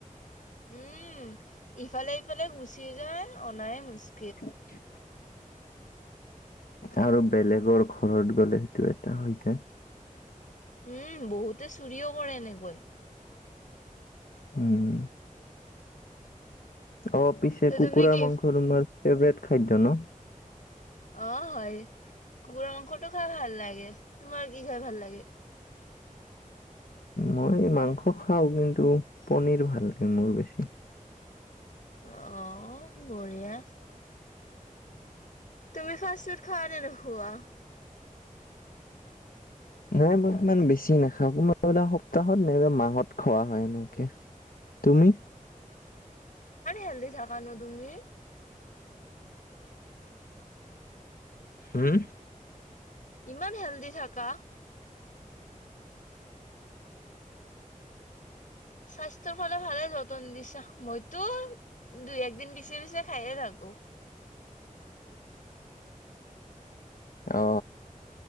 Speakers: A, on the left (about 65°); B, on the left (about 85°).
A: উম, ইফালে ইফালে গুচি যায়, অনাই মুস্ক
B: কোপ‌ চি <inaudible> আৰু বেলেগৰ ঘৰত গলে সেইটো এটা হৈ যায়।
A: উম, বহুতে চুৰিও কৰে এনেকৈ।
B: উম। অ পিছে
A: ত
B: কুকুৰাৰ
A: তুমি কি
B: মাংস তোমাৰ ফেভৰেট খাদ্য ন?
A: অ হয়। কুকুৰা মাংসটো খাই ভাল লাগে। তোমাৰ কি খাই ভাল লাগে?
B: মই মাংস খাও কিন্তু পনীৰ ভাল লাগে মোৰ বেছি।
A: অ বৰিয়া। তুমি ফাষ্ট ফুড খোৱা নে নোখোৱো?
B: নাই মই ইমান বেছি নাখাওঁ কোনা সপ্তাহত নাইবা মাহত খোৱা হয় এনেকে। তুমি?
A: হেলডি থাকানো তুমি
B: হুম
A: ইমান হেল্ডি থাকা স্বাস্থ্যৰ ফালে ভালে যত নতুন দিছা মইতো দুই একদিন পিছে পিছে খায়ে থাকো
B: অ